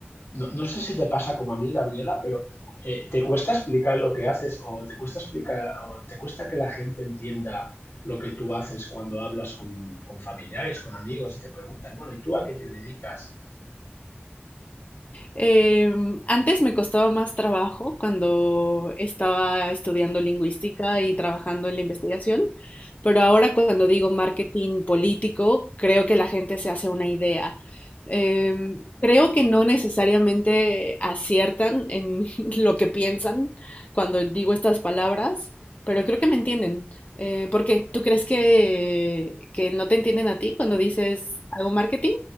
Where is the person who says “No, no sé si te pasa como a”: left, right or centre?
Left